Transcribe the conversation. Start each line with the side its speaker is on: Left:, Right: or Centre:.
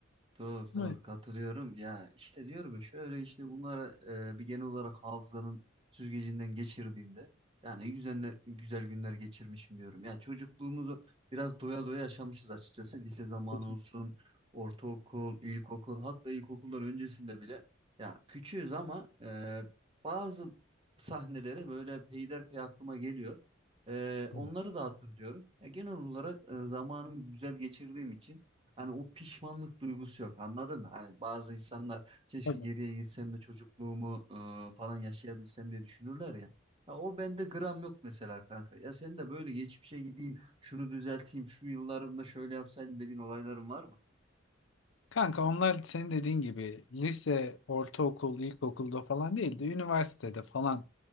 Right: Doğru doğru
Left: Ama
Right: katılıyorum. Ya işte diyorum ya şöyle işte bunlara e, bir genel olarak hafızanın süzgecinden geçirdiğimde yani güzel, güzel günler geçirmişim diyorum. Ya çocukluğumuzu biraz doya doya yaşamışız açıkçası. Lise zamanı
Left: Kesin.
Right: olsun, ortaokul, ilkokul hatta ilkokullar öncesinde bile ya küçüğüz ama e, bazı sahneleri böyle peyderpey aklıma geliyor. E, onları
Left: Hı.
Right: da hatırlıyorum. Ya genel olarak e, zamanımı güzel geçirdiğim için Hani o pişmanlık duygusu yok anladın mı? Hani bazı insanlar keşke
Left: Tabii.
Right: geriye gitsem de çocukluğumu e, falan yaşayabilsem diye düşünürler ya. Ya o bende gram yok mesela kanka. Ya sen de böyle geçmişe gideyim, şunu düzelteyim, şu yıllarımda şöyle yapsaydım dediğin olayların var mı?
Left: Kanka onlar senin dediğin gibi lise, ortaokul, ilkokulda falan değil de üniversitede falan.